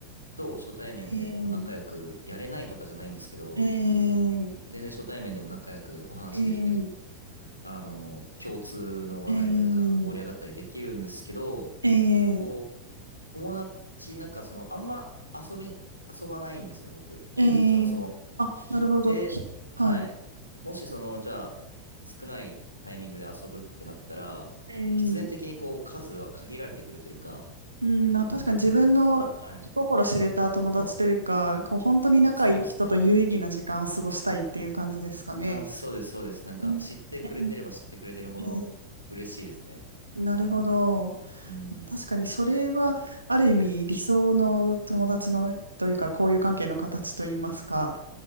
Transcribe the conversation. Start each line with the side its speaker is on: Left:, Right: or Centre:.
Left: と初対面でこう仲良くやれないとかじゃないんですけど、
Right: ええ、ええ、
Left: 全然初対面でも仲良くお話できたり
Right: ええ
Left: あの、共通の話題でなんか盛り上がったりできるんですけど、
Right: ええええ
Left: こう、友達、なんかその、あんま遊び、遊ばないんですね、僕。
Right: ええあ、
Left: そもそも。
Right: なるほど。
Left: で、
Right: ひはい。
Left: はい。もしその、じゃあ、少ないタイミングで遊ぶってなったら、
Right: ええ
Left: 必然的にこう、数は限られてくるというか、
Right: うん、まあ確かに自分の気心知れた友達というか、
Left: そもそも、はい。
Right: こう本当に仲いい人と有意義な時間を過ごしたいっていう感じですかね。
Left: そうですね。あ、そうです、そうです。なんか、
Right: うん、
Left: 知ってくれてれば知ってくれてるほど嬉しいですね。
Right: ええええなるほど。
Left: うん。
Right: 確かにそれはある意味理想の友達のというか、交友関係の形といいますか。